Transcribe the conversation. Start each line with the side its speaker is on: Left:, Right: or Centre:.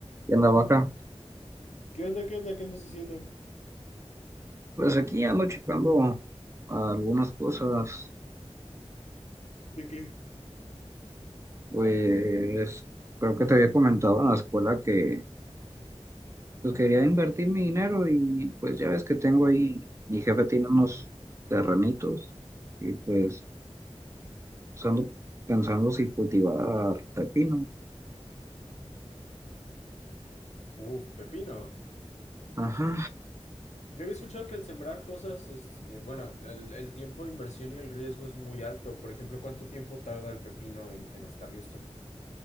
Right: ¿Qué andaba acá?
Left: ¿Qué onda? ¿Qué onda? ¿Qué andas haciendo?
Right: Pues aquí ando checando algunas cosas.
Left: ¿De qué?
Right: Pues
Left: Mm.
Right: creo que te había comentado en la escuela que pues, quería invertir mi dinero y pues ya ves que tengo ahí, mi jefe tiene unos terrenitos y pues pues, ando pensando si cultivar pepino.
Left: Uf, pepino.
Right: Ajá,
Left: Yo había escuchado que el sembrar cosas, este, bueno, el, el tiempo de inversión y el riesgo es muy alto. Por ejemplo, ¿cuánto tiempo tarda el pepino en, en estar listo?